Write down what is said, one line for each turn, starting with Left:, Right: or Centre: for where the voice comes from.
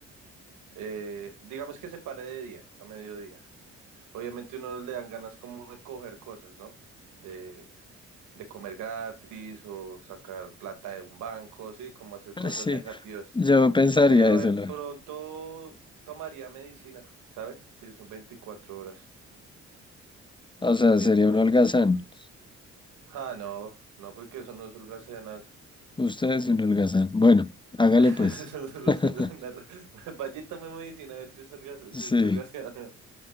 Right: Eh, digamos que se pare de día, a mediodía. Obviamente uno le dan ganas como de coger cosas, ¿no? de de comer gratis o sacar plata de un banco, sí, como hacer cosas
Left: Sí,
Right: negativas.
Left: yo pensaría
Right: Pero
Left: eso,
Right: de pronto
Left: Laura.
Right: tomaría medicina, ¿sabe? Si son 24 horas,
Left: O
Right: tomaría
Left: sea, sería
Right: alguna
Left: un holgazán.
Right: medicina. Ah, no, no, porque eso no es holgazanear.
Left: Ustedes siempre holgazán. Bueno, hágale
Right: <laughs>
Left: pues.
Right: Eso no
Left: <laughs>
Right: es holgazanear. <laughs> Vaya y tome medicina a ver si es holgaza-
Left: Sí,
Right: si es holgazanear.